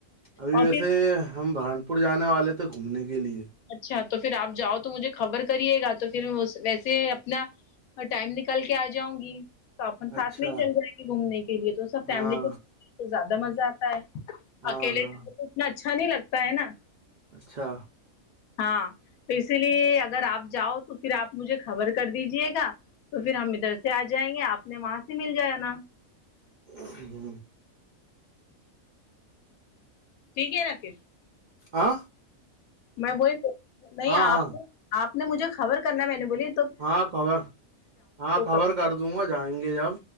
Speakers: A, on the right; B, on the left.
A: ابھی
B: اور
A: ویسے
B: پھر
A: ہم برہانپور جانے والے تھے گھومنے کے لیے
B: اچھا تو پھر آپ جاؤ تو مجھے خبر کریے گا تو پھر ویسے اپنا اور ٹائم نکال کے آ جاؤں گی تو اپن ساتھ
A: اچھا
B: میں ہی چل جائیں گے گھومنے کے لیے تو سب فیملی
A: ہاں
B: کے ساتھ تو زیادہ مزہ آتا ہے
A: ہاں
B: اکیلے
A: ہاں
B: چا تو اتنا اچھا نہیں لگتا ہے نا
A: اچھا
B: ہاں تو اسی لیے اگر آپ جاؤ تو پھر آپ مجھے خبر کر دیجیے گا تو پھر ہم ادھر سے آ جائیں گے آپ نے وہاں سے مل جا نا-
A: <unintelligible>
B: ٹھیک ہے نا پھر-
A: آاں
B: میں وہی نہیں آپ
A: ہاں
B: نے آپ نے مجھے خبر کرنا ہے مینولی-
A: ہاں خبر ہاں خبر
B: کب
A: کر دوں گا جائیں گے جب-